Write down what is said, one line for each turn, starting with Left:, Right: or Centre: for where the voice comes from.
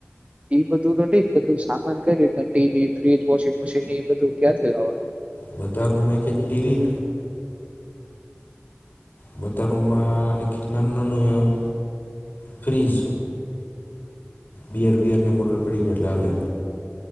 Right: એ બધું તો ઠીક. બધું સામાન કઈ રીતના ટીવી, ફ્રીજ, વોશિંગ મશીન. એ બધું ક્યાંથી લાવાના?
Left: બધા રૂમમાં એક-એક ટીવી. બધા રૂમમાં એક-એક નાનું નાનું ફ્રીજ. બિયાર બિયરની બોટલ પડી એટલે હાલે.